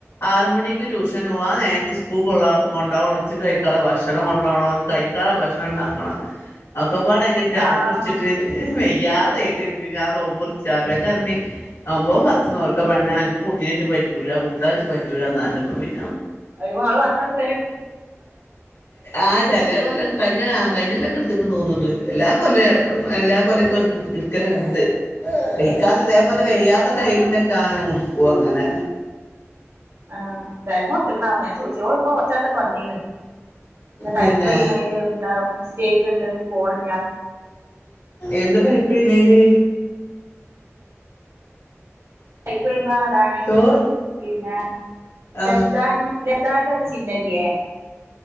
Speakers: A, on the left; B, on the right.
A: ആറുമണിക്ക് ട്യൂഷൻ പോവാ നേരത്തെ സ്കൂൾ കൊള്ള കൊണ്ടണം ഉച്ചക്ക്‌ കഴിക്കാനുള്ള ഭക്ഷണം കൊണ്ടണം കഴിക്ക ഭക്ഷണം ഒണ്ടാക്കണം അ ക്കപാടായിട്ട് പ്രാന്ത്
B: ആഹ്
A: പിടിച്ചിട്ട് വേ യാദായിട്ട് ഞാൻ നോമ്പ് മുറിച്ച <unintelligible> നൊമ്പോ പത്ത്
B: ഉം
A: നോൽക്ക പെണ്ണേ എനിക്ക് കുട്ടീട്ട് പറ്റൂല കുട്ടികളായിട്ട് പറ്റൂല എന്നറഞ്ഞപ്പോ പി
B: അയ്‌വാ <unintelligible>
A: ആ ചെല കൊല്ല കഴിഞ്ഞാ കഴിഞ്ഞല്ലൊക്കെ എടുക്കന്ന് തോന്നുന്നോണ്ട് എല്ലാ കൊല്ലും എല്ലാ കൊലും ഇടുക്കലുണ്ട് <unintelligible> ഇതേപോലെ
B: ഉം
A: വെയ്യാത്ത ടൈമിലൊക്കെ മുറിച്ചു പോ അങ്ങനെ
B: ആ തലമറടുത്തക്കണാവ ഞാൻ ചോദിച്ചോ ഇപ്പൊ കുറച്ചാട്ടന്ന് വന്നീന്ന് ഏഹ് ടൈപ്പ്
A: തന്നെ
B: ചെയ്യണേല് എന്താ മി റ്റെക്ക് ണ്ട്ത് പോണ്
A: എന്ത് <unintelligible> മേല്
B: <unintelligible> എന്താണ്
A: ചോറ്
B: പിന്നെ
A: ആഹ്
B: ലെസ്സ് താൻ <unintelligible> യേതാണ്ടരു ചിഹ്നല്യേ